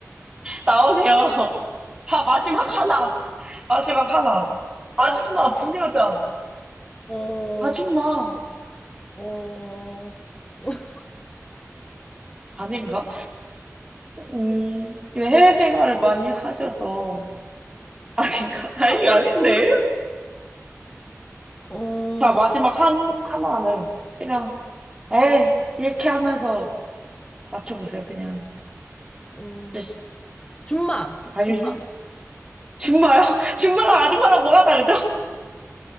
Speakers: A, on the right; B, on the left.
A: 나오세요. 자, 마지막 하나. 마지막 하나. 아줌마,
B: 어,
A: 부녀자.
B: 어,
A: 아줌마.
B: 어. <laughs>
A: 아닌가? 음, 근데 해외 생활을 많이 하셔서. 아닌가? <laughs> 아니,
B: 아, 뭔지
A: 아닌데?
B: 모르겠어. 어,
A: 자, 마지막 한, 하나를 그냥, 에이, 이렇게 하면서 맞춰보세요. 그냥.
B: 어.
A: 진짜, 시-
B: 줌마.
A: 아니,
B: 줌마.
A: 히- 줌마요? <laughs> 줌마랑 아줌마랑 뭐가 다르죠?